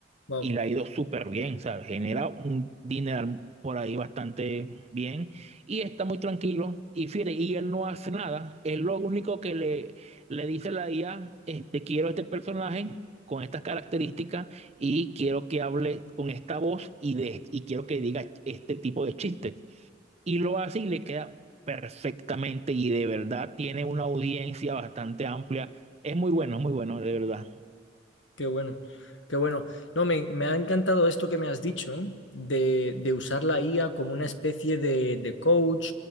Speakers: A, on the left (about 70°); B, on the right (about 35°).
A: Wow,
B: y le ha ido súper bien, ¿sabes? Genera un dinero por ahí bastante bien y está muy tranquilo. Y fíjate, y él no hace nada. Él lo único que le, le dice a la IA, este, quiero este personaje con estas características y quiero que hable con esta voz y, de, y quiero que diga este tipo de chistes. Y lo hace y le queda perfectamente y de verdad tiene una audiencia bastante amplia. Es muy bueno, es muy bueno, de verdad.
A: qué bueno, qué bueno. No, me, me ha encantado esto que me has dicho de, de usar la IA como una especie de, de coach